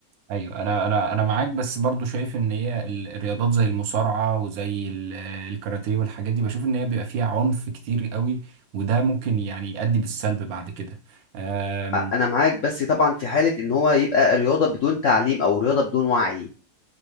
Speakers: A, on the right; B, on the left.
A: ايوه انا انا انا معاك بس برضو شايف ان هي ال- الرياضات زي المصارعه وزي ال- الكاراتيه والحاجات دي بشوف ان هي بيبقى فيها عنف كتير قوي وده ممكن يعني يؤدي بالسلب بعد كده أم،
B: انا معاك بس طبعا في حالة ان هو يبقى رياضة بدون تعليم او رياضة بدون وعي